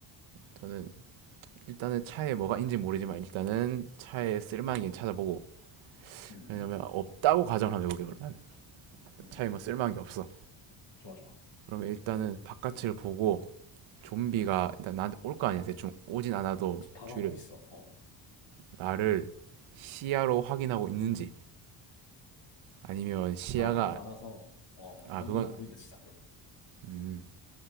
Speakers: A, on the right; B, on the left.
A: 저는 일단은 차에 뭐가 있는지 모르지만 일단은 차에 쓸만한 게 찾아보고
B: 음,
A: 왜냐면 없다고 가정을 한번 해볼게요, 그러면.
B: 음.
A: 차에 뭐 쓸만한 게 없어.
B: 좋아, 좋아.
A: 그러면 일단은 바깥을 보고 좀비가 일단 나한테 올 거 아니야. 대충 오진 않아도
B: 지금 다가오고
A: 주위를
B: 있어. 어.
A: 나를 시야로 확인하고 있는지 아니면 시야가
B: 사람이 너무 많아서, 어,
A: 아
B: 너는
A: 그건
B: 안 보인다, 진짜, 그러면.
A: 음,